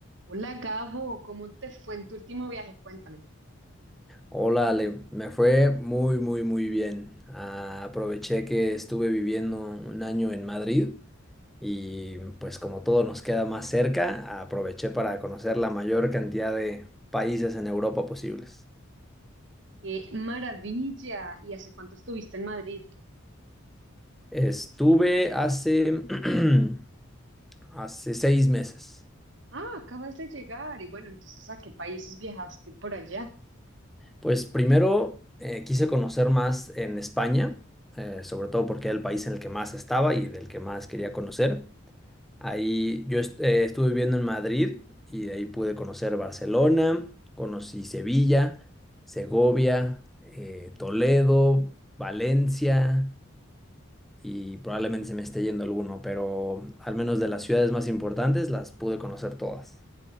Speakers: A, on the right (about 60°); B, in the centre.
A: Hola Gabo, ¿cómo te fue en tu último viaje? Cuéntame.
B: Hola Ale, me fue muy, muy, muy bien. Ah, aproveché que estuve viviendo un año en Madrid y pues como todo nos queda más cerca, aproveché para conocer la mayor cantidad de países en Europa posibles.
A: ¡Qué maravilla! ¿Y hace cuánto estuviste en Madrid?
B: Estuve hace, <clears throat> hace seis meses.
A: Ah, acabas de llegar. Y bueno, entonces, ¿a qué países viajaste por allá?
B: Pues primero eh, quise conocer más en España, eh, sobre todo porque era el país en el que más estaba y del que más quería conocer. Ahí yo est- eh, estuve viviendo en Madrid y de ahí pude conocer Barcelona, conocí Sevilla, Segovia, eh, Toledo, Valencia y probablemente se me esté yendo alguno, pero al menos de las ciudades más importantes las pude conocer todas.